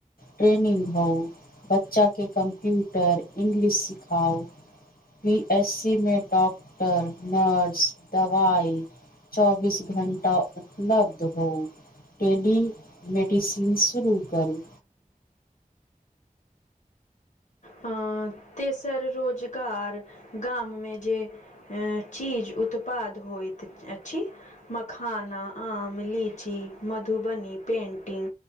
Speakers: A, on the left; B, on the left.
A: ट्रेनिंग हो बच्चा के के कम्प्यूटर इंग्लिश सिखाउ, बी एस सी मे डॉक्टर नर्स दवाइ, चौबीस घण्टा उपलब्ध हो। टेली मेडिसिन शुरू करू।
B: अ, तेसर रोजगार गाम मे जे अ चीज उत्पाद होयत अछि, मखाना आम लीची मधुबनी पेंटिंग,